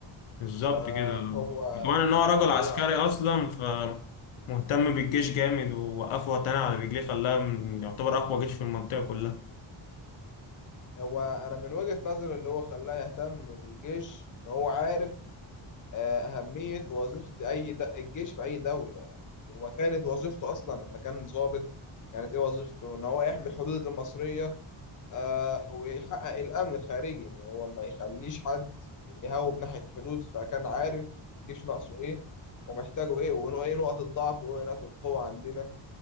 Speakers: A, on the left; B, on the left.
A: بالظبط
B: فهو
A: كده كمان ان هو رجل عسكري
B: هو عارف
A: اصلا فمهتم بالجيش جامد ووقفه وطني على رجليه خلاه من- يعتبر اقوى جيش في المنطقه كلها
B: هو انا من وجهه نظري اللي هو خلاه يهتم بالجيش ان هو عارف آه، أهمية وظيفة أي د... الجيش في أي دولة هو كانت وظيفته أصلا لما كان ضابط كانت إيه وظيفته؟ إن هو يحمي الحدود المصرية آه، ويحقق الأمن الخارجي إن هو ما يخليش حد يهوب ناحية الحدود فكان عارف الجيش ناقصه إيه ومحتاجه إيه وإنه إيه نقط الضعف وإيه نقط القوة عندنا